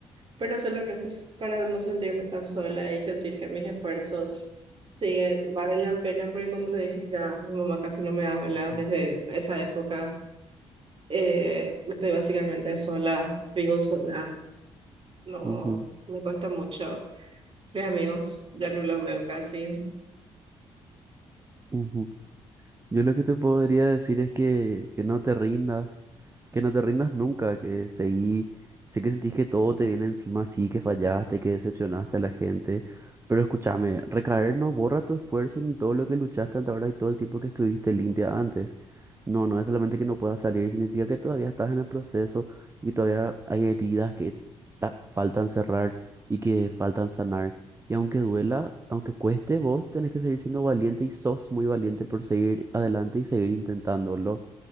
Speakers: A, on the right; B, on the right.
A: pero solamente es para no sentirme tan sola y sentir que mis esfuerzos siguen, valen la pena, porque como te dije, ya mi mamá casi no me habla
B: ujú.
A: desde esa época. Eh, estoy básicamente sola, vivo sola, no
B: Ujú,
A: me cuesta mucho. Mis amigos ya no los veo casi.
B: ujú. Yo lo que te podría decir es que, que no te rindas, que no te rindas nunca, que seguí, sé que sentís que todo te viene encima, sí, que fallaste, que decepcionaste a la gente, pero escúchame, recaer no borra tu esfuerzo ni todo lo que luchaste hasta ahora y todo el tiempo que estuviste limpia antes. No, no es solamente que no puedas salir, significa que todavía estás en el proceso y todavía hay heridas que ta- faltan cerrar y que faltan sanar. Y aunque duela, aunque cueste, vos tenés que seguir siendo valiente y sos muy valiente por seguir adelante y seguir intentándolo.